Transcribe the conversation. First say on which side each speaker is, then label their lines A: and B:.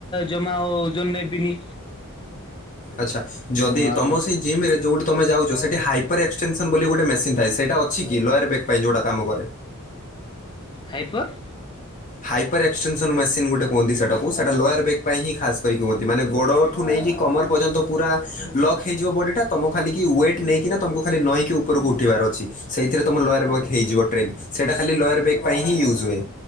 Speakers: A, on the left; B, on the left.
A: ଜମା ଓଜନ ନେବିନି।
B: ଆଛା ଯଦି
A: ମୁଁ ଆଉ
B: ତମ ସେଇ ଜିମେ ଯେଉଁଠି ତୁମେ ଯଉଛ ସେଇଠି ହାଇପର ଏକ୍ସଟେନସନ୍ ବୋଲି ଗୋଟେ ମେସିନ୍ ଥାଏ ସେଇଟା ଅଛି କି ଲୋୟାର୍ ବେଗ୍ ପାଇଁ ଯୋଉଁଟା କାମକରେ।
A: ହାଇପର୍।
B: ହାଇପର୍ ଏକ୍ସଟେସନନ୍ ମେସିନ୍ ଗୋଟେ କୁହନ୍ତି ସେଟାକୁ ସେଇଟା ଲୋୟାର୍ ବେକ୍ ପାଇଁହିଁ ଖାସ୍ କରିକ କୁହନ୍ତି ମାନେ ଗୋଡ଼ ଠୁ ନେଇକି କମର୍ ପର୍ଯ୍ୟନ୍ତ ପୁରା ଲକ୍ ହେଇଯିବ ବଡି ଟା ତମ ଖାଲିକି ୱେଟ୍ ନେଇକିନା ତମକୁ ଖାଲି ନହିଁକି ଉପରକୁ ଉଠେଇବାର ଅଛି ସେଇଥିରେ ତମ ଲୟାର ବେଗ୍ ହୋଇଯିବ ଟ୍ରେନ୍ ସେଇଟା ଖାଲି ଲୟାର ବେଗ୍ ପାଇଁ ହି ୟୁଜ୍ ହୁଏ।